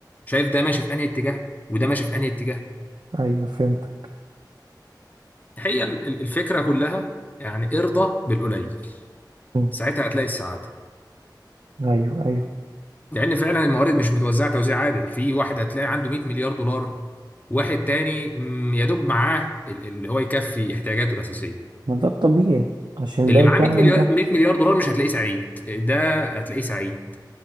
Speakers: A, on the left (about 20°); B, on the right (about 80°).
A: شايف ده ماشي في انهي اتجاه وده ماشي في انهي اتجاه
B: ايوه فهمتك
A: هي ال- ال- الفكره كلها يعني ارضى بالقليل
B: مم.
A: ساعتها هتلاقي السعاده
B: ايوه ايوه
A: لان فعلا الموارد مش متوزعه توزيع عادل في واحد هتلاقي عنده 100 مليار دولار واحد تاني مم، يا دوب معاه ال- اللي هو يكفي احتياجاته الاساسيه
B: ما ده الطبيعي عشان
A: اللي
B: ده يكمل
A: معاه 100 مليار
B: ده
A: 100 مليار دولار مش هتلاقيه سعيد ده هتلاقيه سعيد